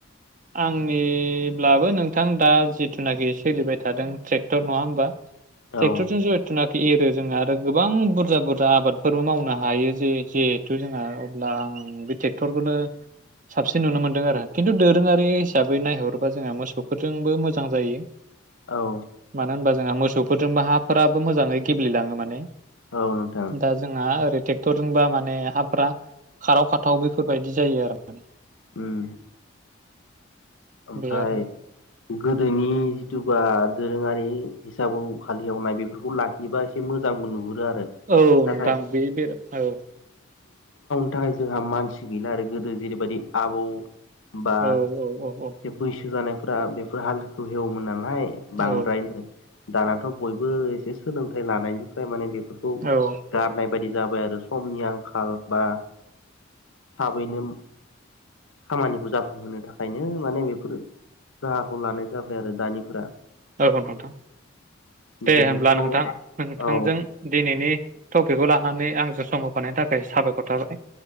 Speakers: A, on the right; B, on the left.
A: आंनिब्लाबो नोंथां दा जिथुनाखि सोलिबाय थादों ट्रेक्टर नङा होमबा टेक्टरजों
B: औ
A: जरिटना एरो जोंङो आरो गोबां बुरजा बुरजा आबादफोरबो मावनो हायो जे जेहेथु जोंहा अब्ला आं बे ट्रेक्टरखौनो साबसिन नुनो मोनदों आरो खिन्थु दोरो दोरोङारि हिसाबै नायहरोबा जोंहा मोसौफोरजोंबो मोजां जायो
B: औ
A: मानो होनबा जोंहा मोसौफोरजोंबो हाफोराबो मोजाङै गेब्लेलाङो माने
B: औ नोंथां
A: दा जोंहा ओरै ट्रेक्टरजोंबा माने हाफोरा खाराव खाथाव बेफोरबायदि जायो आरो माने
B: उम ओमफ्राय
A: बे आरो
B: गोदोनि जिथुुबा दोरोङारि हिसाबाव हाल एवनाय बेफोरखौ लाखियोबा एसे मोजांबो नुहुरो आरो
A: औ
B: नाथाय
A: नोंथां बे बेर औ
B: नो थाखाय जोंहा मानसि गैला आरो गोदो जेरैबायदि आबौ बा
A: औ औ औ औ
B: एसे बैसो जानायफोरा बेफोर हालदखौ एवोमोन नालाय बांद्रायनो
A: औ
B: दानाथ' बयबो एसे सु सोलोंथाइ लानायनिफ्राय माने बे फोरखौ
A: औ
B: गारनाय बायदि जाबाय आरो समनि आंखाल बा थाबैनो खामानिखौ जाफुंहोनो थाखायनो माने बेफोरो राहाखौ लानाय जाबाय आरो दानि फोरा
A: औ नोंथां दे
B: गोदोथ'
A: हब्ला नोंथां नोंथांजों
B: औ
A: दिनैनि टपिकखौ लाना नानै आंजों सम होफानायनि थाखाय साबायखर थाबाय।